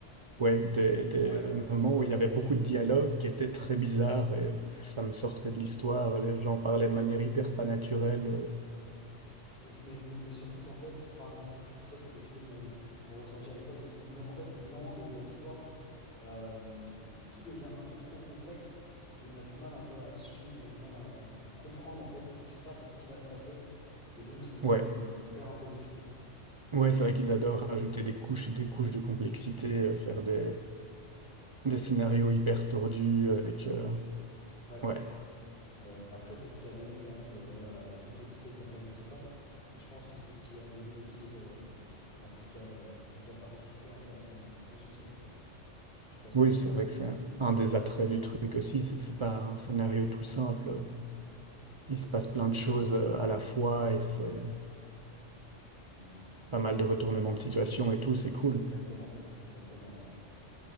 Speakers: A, on the right; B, on the left.
A: ouais, des, des
B: Ouais,
A: moments
B: ouais,
A: où
B: ouais,
A: il y avait beaucoup
B: je...
A: de dialogues qui étaient très bizarres et ça me sortait de l'histoire. Les gens parlaient de manière hyper pas naturelle. euh.
B: Mais, mais, mais surtout qu'en fait, enfin, ça, ça, c'était plutôt mon, mon ressenti à l'époque, c'est qu'au bout d'un, en fait, au bout d'un moment de- dans l'histoire, euh, tout devient un peu trop complexe et on a du mal un peu à suivre, on a du mal à, à- à comprendre en fait ce qui se passe et ce qui va se passer. Et donc, son-
A: Ouais,
B: on perd un peu le fil.
A: ouais, c'est vrai qu'ils adorent ajouter des couches et des couches de complexité, euh, faire des, des scénarios hyper tordus avec euh,
B: Ouais,
A: ouais.
B: ouais. Après, c'est ce qui a donné quand même euh, voilà, la, la complexité de l'attaque des Titans. Et je pense que c'est ce qui a donné aussi, euh, enfin, c'est ce qui a, c'est ce qui a participé un peu à son, à son succès. Je sais pas ce
A: Oui,
B: que t'en
A: c'est
B: penses.
A: vrai que c'est un des attraits du truc aussi, c'est que c'est pas un scénario tout simple. Il
B: C'est
A: se
B: ça,
A: passe plein
B: c'est...
A: de
B: euh,
A: choses euh, à la fois et c'est
B: mm,
A: pas mal de retournements
B: Ouais, clairement.
A: de situation et tout, c'est cool.
B: Exactement, exactement, ouais.